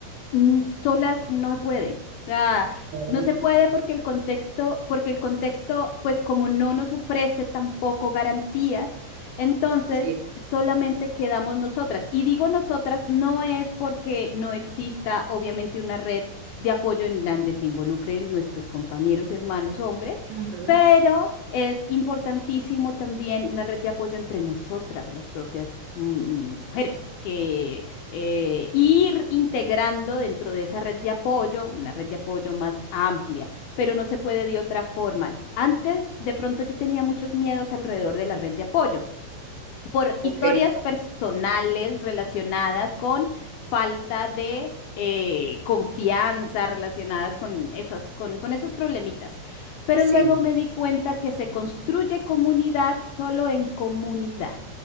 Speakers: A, on the left; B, on the right.
A: mm, solas no se puede. O sea,
B: Claro,
A: no se puede porque el contexto, porque el contexto, pues como no nos ofrece tampoco garantías, entonces
B: sí.
A: solamente quedamos nosotras. Y digo nosotras, no es porque no exista obviamente una red de apoyo en donde se involucren nuestros compañeros, hermanos, hombres,
B: Ujú.
A: pero es importantísimo también una red de apoyo entre nosotras, las propias mm, mujeres, que eh, ir integrando dentro de esa red de apoyo, una red de apoyo más amplia, pero no se puede de otra forma. Antes, de pronto yo tenía muchos miedos alrededor de la red de apoyo por historias
B: Ok,
A: personales relacionadas con falta de eh, confianza, relacionadas con esas, con, con esos problemitas. Pero
B: sí,
A: luego me di cuenta que se construye comunidad solo en comunidad.